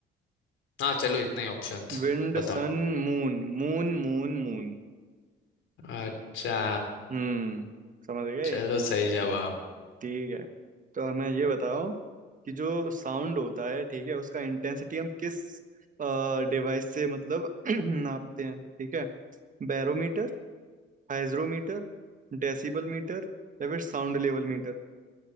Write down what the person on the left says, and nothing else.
हाँ चलो इतने ही ऑप्शंस
बताओ
अच्छा
चलो सही जवाब